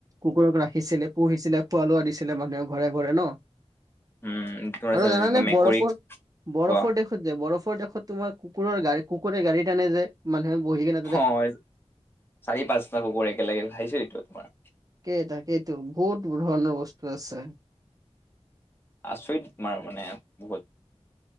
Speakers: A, on the right; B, on the left.
A: কুকুৰক ৰাখিছিলে পুহিছিলে খোৱা-লোৱা দিছিলে মানুহে কু ঘৰে ঘৰে ন
B: উম তোমাৰ
A: আৰু জানানে
B: মেকুৰীক
A: বৰফৰ বৰফৰ
B: কোৱা
A: দেশ তাত যে বৰফৰ দেশত তোমাৰ কুুকুৰৰ গাড়ী কুকুৰে গাড়ী টানে যে মানুহে বহিকিনে,
B: হঁয় চাৰি-পাঁচটা কুকুৰ একেলগে ভাহিচিটো তোমাৰ,
A: তাকেই তাকেইেটো বহুত ধৰণৰ বস্তু আছে।
B: আচৰিত তোমাৰ মানে বহুত